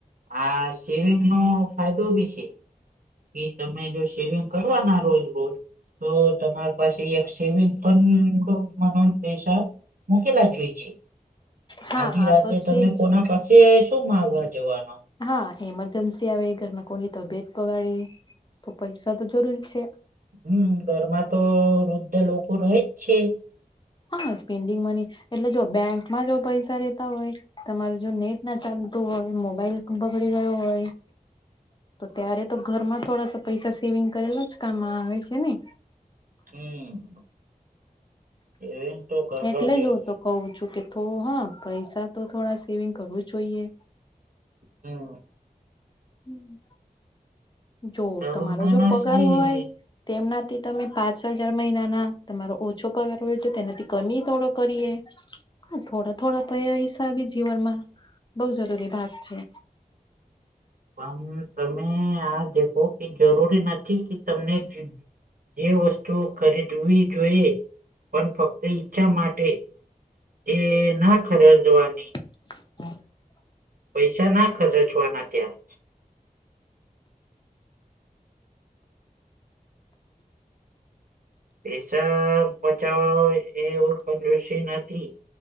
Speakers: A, on the right; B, on the left.
A: આ સેવિંગ નો ફાયદો બી છે. કે તમે જો સેવિંગ કરવાના રોજ રોજ તો તમાર પાસે એક સેવિંગ, પણ <inaudible> <inaudible> મ પેસા મુકેલા જોઈ છે
B: હા
A: આજે
B: આ
A: રાત્રે
B: તો છે
A: તમે
B: જ
A: કોના પા સે શું માંગવા જવાનો?
B: હા એમરજન્સી આવે ઘરમાં કોની તબિયત બગાડે તો પૈસા તો જરૂરી છે.
A: હમ ઘરમાં તો વૃદ્ધ લોકો રહે જ છે.
B: હા સ્પેન્ડિંગ મની, એટલે જો બેંકમાં જો પૈસા રેતા હોય તમારે જો નેટ ના ચાલતું હોય મોબાઈલ, બગડી ગયો હોય,
A: <inaudible> <inaudible> <inaudible>
B: તો ત્યારે તો ઘરમાં થોડાસા પૈસા સેવિંગ કરેલા જ કામમાં આવે છે ને.
A: હમ. સેવિંગ તો કરવા
B: એટલે
A: જોઈએ
B: જ હું તો કવું છું કે, તો હા પૈસા તો થોડા સેવિંગ કરવું જ જોઈએ.
A: હમ,
B: હમ, <inaudible> <inaudible> જો
A: તરુણ
B: તમારો જો પગાર
A: શ્રી
B: હોય, તેમનાથી તમે પાંચ હજાર મહિનાના તમારો ઓછો પગાર હોય તો તેનાથી કમી થોડો કરીએ. થોડા થોડા પૈહા હિસાબી જીવન માં બઉ જરૂરી ભાગ છે.
A: પણ તમે આ દેખો, એ જરૂરી નથી કે તમને જ જે વસ્તુઓ ખરી, જોવી જોઈએ પણ ફક્ત ઈચ્છા માટે, એ ના ખરદવાની.
B: <unintelligible> <inaudible> <inaudible>
A: પૈસા ના ખરચવાના ત્યાં. પૈસા બચાવવા એવું કંજોશી નથી.